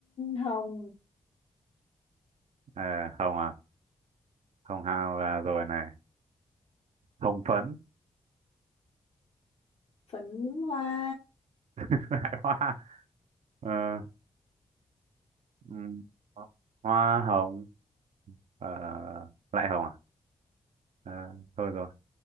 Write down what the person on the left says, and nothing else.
hồng
phấn hoa